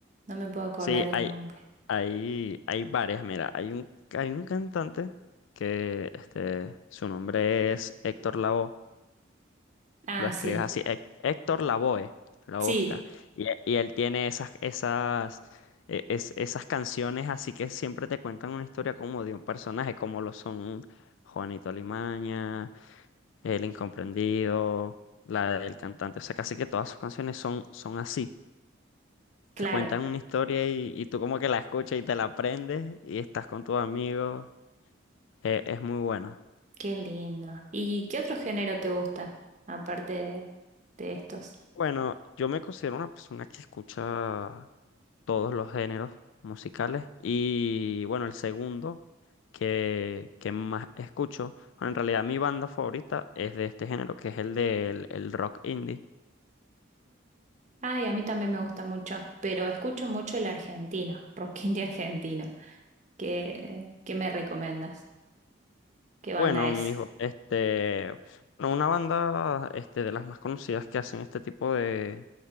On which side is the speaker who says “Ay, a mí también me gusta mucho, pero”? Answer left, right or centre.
Right